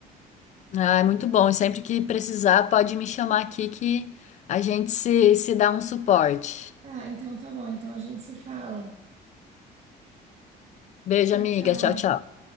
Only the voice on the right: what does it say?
Ah, então tá bom. Então a gente se fala.
Tchau,
tchau.